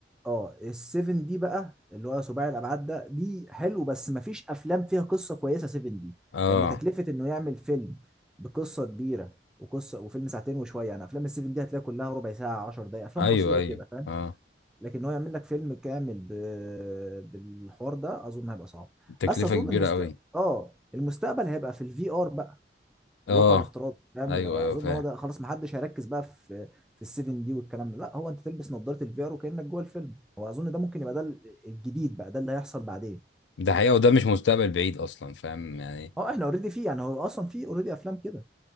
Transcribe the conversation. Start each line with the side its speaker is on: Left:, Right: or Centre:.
Centre: اه السيفن دي بقى اللي هو سباعي الابعاد ده دي حلو بس مفيش افلام فيها قصه كويسه سيفن دي
Left: اه
Centre: لان تكلفه انه يعمل فيلم بقصه كبيره وقصه وفيلم ساعتين وشويه يعني افلام السيفن دي هتلاقي كلها ربع ساعه 10 دقائق افلام
Left: ايوه
Centre: قصيره
Left: ايوه
Centre: كده فاهم
Left: اه
Centre: لكن هو يعمل لك فيلم كامل ب... بالحوار ده اظن هيبقى صعب
Left: تكلفه
Centre: بس اظن
Left: كبيره
Centre: المست...
Left: قوي
Centre: اه المستقبل هيبقى في الفي ار بقى
Left: اه
Centre: الواقع الافتراضي فاهم
Left: ايوه
Centre: لو-
Left: ايوه
Centre: اظن
Left: فاهم
Centre: هو ده خلاص ما حدش هيركز بقى في في السيفن دي والكلام ده لا هو انت تلبس نظاره الفي ار وكانك جوه الفيلم هو اظن ده ممكن يبقى ده ال- الجديد بقى ده اللي هيحصل بعدين
Left: ده حقيقة وده مش مستقبل بعيد اصلا فاهم يعني
Centre: اه احنا اوريدي فيه يعني هو اصلا فيه اوريدي افلام كده